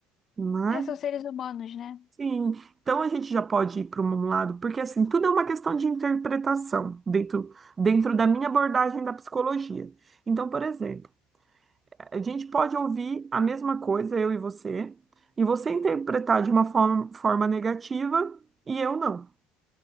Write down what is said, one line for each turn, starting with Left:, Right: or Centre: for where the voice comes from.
Right: né?
Left: É, são seres humanos, né?
Right: Sim, então a gente já pode ir para um lado, porque assim, tudo é uma questão de interpretação dentro, dentro da minha abordagem da psicologia. Então, por exemplo, a gente pode ouvir a mesma coisa, eu e você, e você interpretar de uma forma, forma negativa e eu não.